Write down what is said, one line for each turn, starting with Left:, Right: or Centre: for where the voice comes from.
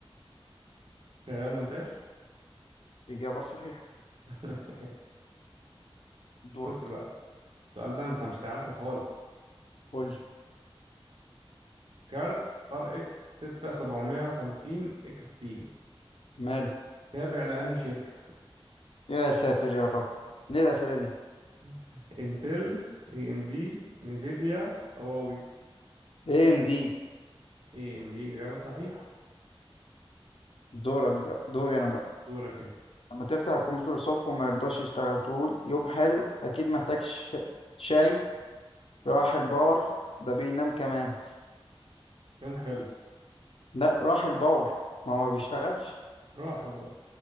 Right: شغال مونتاج
Left: إجابة صحيحة
Right: <laughs> ماشي
Left: دورك
Right: بص بقى السؤال ده انت مش هتعرفه خالص
Left: قول لي
Right: كارت ار اكس 6750 اكس تي
Left: ماله
Right: تابع لانهي شركه
Left: يا ساتر يا رب ليه الأسئلة دي؟
Right: <laughs> انتل اي ام دي نيفيديا هواوي
Left: ايه ام دي
Right: اي ام دي اجابه صحيحه
Left: دورك بقى دوري انا بقى
Right: دورك انت
Left: لما تفتح الكمبيوتر الصبح وما يرضاش يشتغل تقول يوم حلو اكيد محتاج ش... شاي راح الباور ده بينام كمان
Right: يوم حلو
Left: لا راح الباور ما هو ما بيشتغلش
Right: راحل بقى